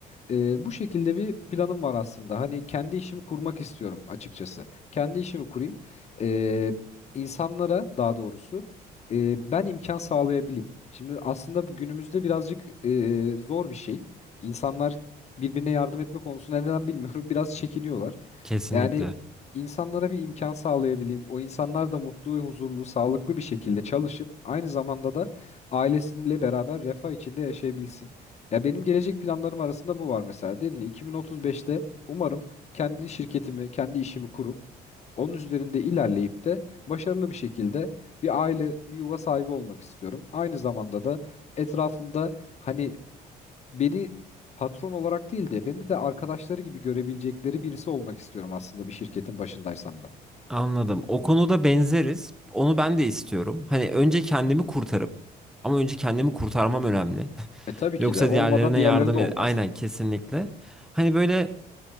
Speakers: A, on the left (about 40°); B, in the centre.
A: E, bu şekilde bir planım var aslında. Hani kendi işimi kurmak istiyorum açıkçası. Kendi işimi kurayım. E, insanlara daha doğrusu e, ben imkan sağlayabileyim. Şimdi aslında bu günümüzde birazcık e, zor bir şey. İnsanlar birbirine yardım etme konusunda neden bilmiyorum <laughs> biraz çekiniyorlar.
B: kesinlikle.
A: Yani insanlara bir imkan sağlayabileyim. O insanlar da mutlu ve huzurlu, sağlıklı bir şekilde çalışıp aynı zamanda da ailesiyle beraber refah içinde yaşayabilsin. Ya benim gelecek planlarım arasında bu var mesela. Dedin ya, 2035'te umarım kendi şirketimi, kendi işimi kurup onun üzerinde ilerleyip de başarılı bir şekilde bir aile, bir yuva sahibi olmak istiyorum. Aynı zamanda da etrafımda hani beni patron olarak değil de beni de arkadaşları gibi görebilecekleri birisi olmak istiyorum aslında bir şirketin başındaysam da.
B: Anladım. O konuda benzeriz. Onu ben de istiyorum. Hani önce kendimi kurtarıp ama önce kendimi kurtarmam önemli. <laughs>
A: E tabii
B: Yoksa
A: ki de olmadan
B: diğerlerine
A: diğerleri
B: yardım
A: de olmaz.
B: et. Aynen kesinlikle. Hani böyle